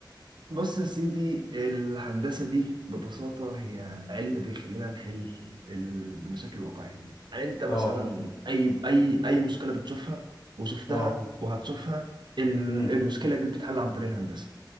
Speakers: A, on the right; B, on the left.
A: بص يا سيدي الهندسه دي ببساطه هي علم بيخلينا نحل المشاكل الواقعيه يعني انت مثلا
B: اه
A: اي اي اي مشكله بتشوفها وشفتها
B: اه
A: وهتشوفها ال-
B: امم
A: المشكله دي بتتحل عن طريق الهندسه